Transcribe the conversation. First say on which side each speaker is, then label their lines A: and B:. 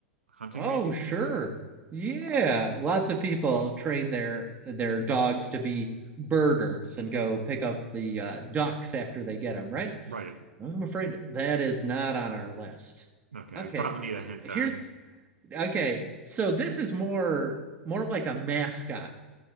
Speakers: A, on the right; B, on the right.
A: Hunting
B: Oh,
A: maybe,
B: sure.
A: something.
B: Yeah, lots of people train their their dogs to be birders and go pick up the uh, ducks after they get them, right?
A: Right.
B: I'm afraid that is not on our list.
A: Okay,
B: Okay.
A: I probably need a hint
B: Here's
A: then.
B: okay. So this is more more like a mascot